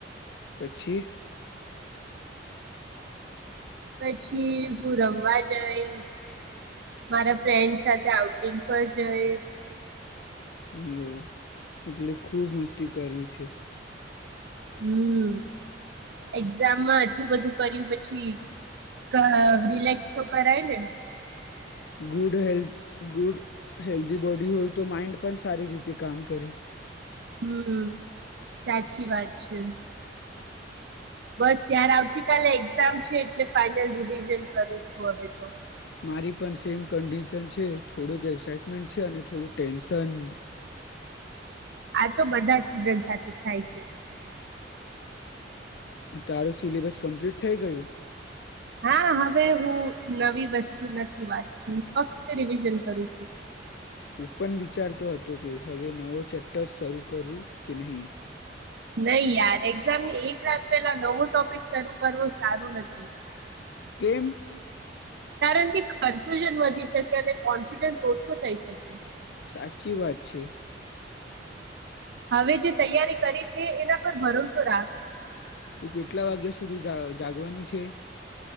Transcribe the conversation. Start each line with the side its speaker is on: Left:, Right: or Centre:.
Left: પછી
Right: પછી હું રમવા જઈશ મારા ફ્રેન્ડ સાથે આઉટિંગ પર જઈશ.
Left: હમ એટલે ખુબ મસ્તી કરવી છે.
Right: હમ <unintelligible> આટલું બધું કર્યું પછી <unintelligible> તો કરાય ને
Left: good health good healthy body હોય તો માઈન્ડ પણ સારી રીતે કામ કરે.
Right: હમ સાચી વાત છે. બસ યાર આવતી કલે <unintelligible> છે, એટલે ફાાઈનલ રિવિઝન કરું છું હવે તો
Left: મારી પણ સેમ કન્ડિશન છે, થોડુંક એક્સાઈટમેન્ટ છે, અને થોડુંક ટેન્શન.
Right: આ તો બધા સ્ટુડન્ટ સાથે થાય છે.
Left: તારું સિલેબસ કમ્પ્લીટ થઇ ગયું.
Right: હા હવે હું નવી વસ્તુ નથી વાંચતી ફક્ત રિવિઝન કરું છું.
Left: હું પણ વિચારતો હતો કે હવે નવો ચેપ્ટર શરૂ કરું કે નહીં.
Right: નહી યાર એક્ઝામની એક રાત પહેલા નવો ટોપિક શરૂ કરવો સારું નથી.
Left: કેમ
Right: કારણ કે કન્ફ્યુઝન વધી શકે અને કોન્ફિડન્સ ઓછો થઈ શકે.
Left: સાચી વાત છે.
Right: હવે જે તૈયારી કરી છે, એના પર ભરોસો રાગ
Left: તું કેટલા વાગ્યા સુધી જાગવાની છે.